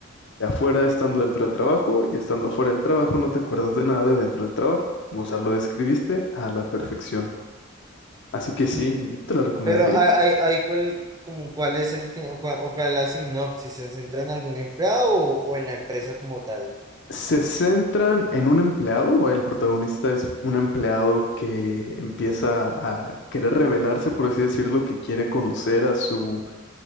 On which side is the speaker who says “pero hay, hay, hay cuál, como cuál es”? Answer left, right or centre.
Right